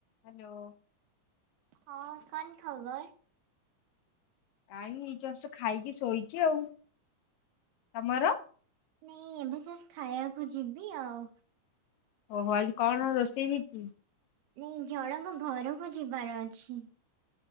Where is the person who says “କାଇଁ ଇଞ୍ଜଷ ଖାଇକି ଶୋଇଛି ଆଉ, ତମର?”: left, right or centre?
Left